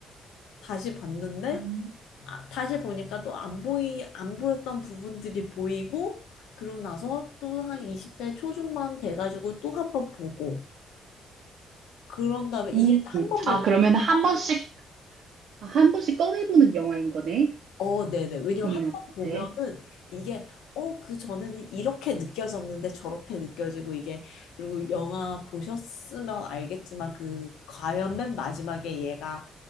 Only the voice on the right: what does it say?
음.
음.
아, 그러면 한 번씩, 아, 한 번씩 꺼내보는 영화인 거네?
본인한테.